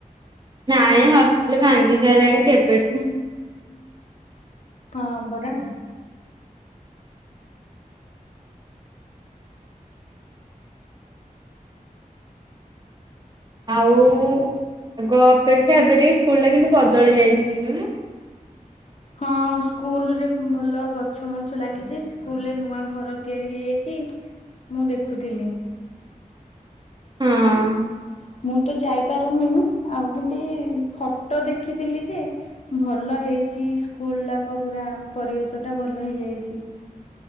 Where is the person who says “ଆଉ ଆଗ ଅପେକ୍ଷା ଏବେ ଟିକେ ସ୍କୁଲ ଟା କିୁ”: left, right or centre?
Right